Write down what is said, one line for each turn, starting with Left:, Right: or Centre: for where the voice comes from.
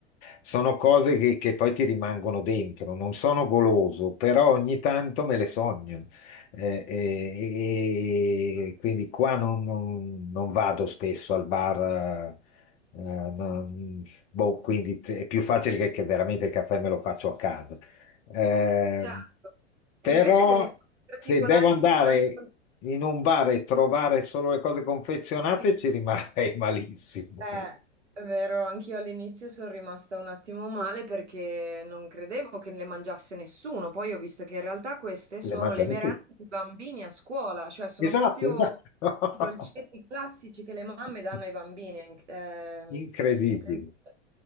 Left: sono cose che, che poi ti rimangono dentro, non sono goloso, però ogni tanto me le sogno. Eh, e, e- quindi qua non, non- non vado spesso al bar. eh, eh, no, Boh, quindi te- è più facile che, che veramente il caffè me lo faccio a casa. Eh,
Right: Certo.
Left: però
Right: E invece delle cose particolari
Left: se devo andare
Right: che ti hanno...
Left: in un bar e trovare solo le cose confezionate,
Right: Sì.
Left: ci rimarrei <laughs> malissimo.
Right: Eh, è vero, anch'io all'inizio sono rimasta un attimo male perché non credevo che le mangiasse nessuno. Poi ho visto che in realtà queste sono
Left: Le mangiano
Right: le merende
Left: tutti.
Right: dei bambini a scuola, cioè sono
Left: Esatto,
Right: proprio
Left: esatto.
Right: i dolcetti classici che le mamme
Left: <laughs>
Right: danno ai bambini. È inc- ehm,
Left: Incredibile.
Right: è incredibile.